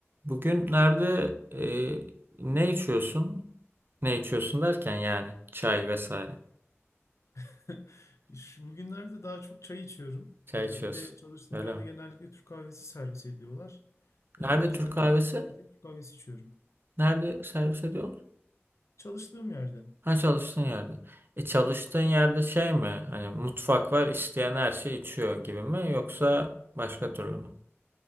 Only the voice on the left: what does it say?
<laughs> Şu bugünlerde daha çok çay içiyorum.
Ee,
bir de çalıştığım
yerde
genellikle Türk kahvesi servis ediyorlar. Ee,
o yüzden
önüme geldi Türk kahvesi içiyorum.
Çalıştığım yerde.